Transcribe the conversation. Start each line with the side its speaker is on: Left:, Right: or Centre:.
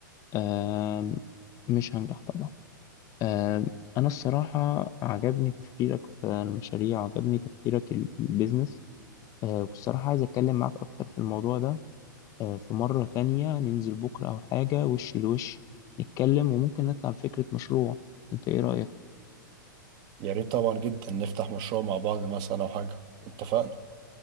Left: آم، مش هنجح طبعا آم، أنا الصراحة عجبني تفكيرك في المشاريع وعجبني تفكيرك ال- البيزنس آه، والصراحة عايز أتكلم معاك أكتر في الموضوع ده آه، في مرة تانية ننزل بكرة أو حاجة وش لوش نتكلم وممكن نطلع بفكرة مشروع أنت إيه رأيك؟
Right: يا ريت طبعا جدا نفتح مشروع مع بعض مثلا او حاجة اتفقنا